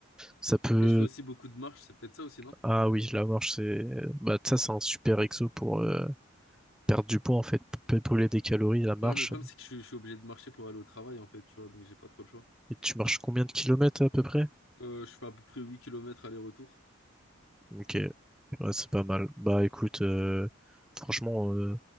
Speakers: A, in the centre; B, on the left.
A: ça peut.
B: Et je fais aussi beaucoup de marches, c'est peut-être ça aussi, non?
A: Ah oui, la marche, c'est. Bah, ça, c'est un super exo pour euh, perdre du poids, en fait, pour peut brûler des calories, la marche.
B: Ouais, mais le problème, c'est que je suis, je suis obligé de marcher pour aller au travail, en fait, tu vois, donc j'ai pas trop le choix.
A: Et tu marches combien de kilomètres à peu près?
B: Euh, je fais à peu près 8 kilomètres aller-retour.
A: Ok, ouais, c'est pas mal. Bah, écoute, euh, franchement, euh,